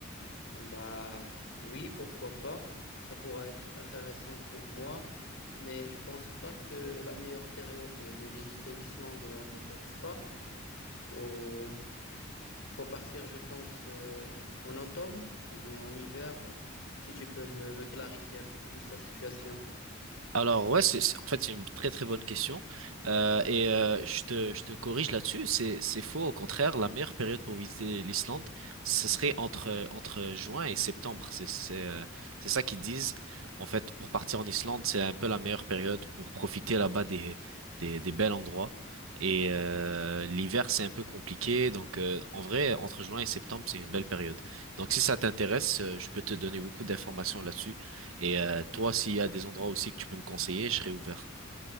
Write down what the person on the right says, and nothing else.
Alors ouais, c'est c'est- en fait c'est une très très bonne question Euh, et euh, je te je te corrige là-dessus, c'est c'est faux au contraire, la meilleure période pour visiter l'Islande, ce serait entre entre juin et septembre, c'est c'est euh, c'est ça qu'ils disent en fait pour partir en Islande, c'est un peu la meilleure période pour profiter là-bas des des des bels endroits et euh, l'hiver c'est un peu compliqué donc euh, en vrai entre juin et septembre c'est une belle période. Donc si ça t'intéresse, euh, je peux te donner beaucoup d'informations là-dessus. Et euh, toi, s'il y a des endroits aussi que tu peux me conseiller, je serai ouvert.